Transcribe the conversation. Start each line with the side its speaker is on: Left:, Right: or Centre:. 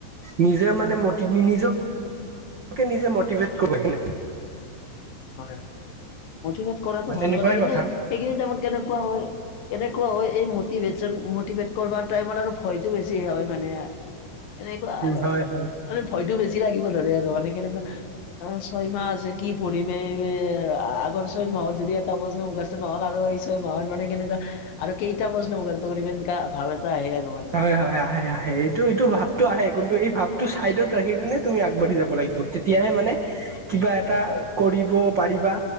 Right: নিজে মানে মটি, নিজকে-নিজকে মটিভেট কৰিব লাগে।
Left: হয়। মটিভেট কৰাটো
Right: তেনেকুৱাই
Left: ভাল বাৰু, কিন্তু
Right: কথা
Left: সেইখিনি টাইমত কেনেকুৱা হয় কেনেকুৱা হয়, এই মটিভেচন-মটিভেট কৰবাৰ টাইমত আৰু ভয়টো বেছি হয় মানে। এনেকুৱা আৰু।
Right: হয় হয়।
Left: মানে ভয়তো বেছি লাগিব ধৰে আৰু মানে কেনেকুৱা অহ', ছয়মাহ আছে কি পঢ়ি ম। এই আ-আগৰ ছয় মাহত যদি এটা প্ৰশ্নও মুখস্থ নহ'ল আৰু এই ছয় মাহত মানে কেনেকা- আৰু কেইটা প্ৰশ্ন মুখস্থ কৰিম। এনেকা ভাৱ এটা আহে আৰু। মানে।
Right: হয়, হয়, আহে। আহে। এইটো-এইটো ভাৱটো আহে, কিন্তু এই ভাৱটো চাইডত ৰাখি কিনে তুমি আগবাঢ়ি যাব লাগিব। তেতিয়াহে মানে কিবা এটা কৰিব পাৰিবা,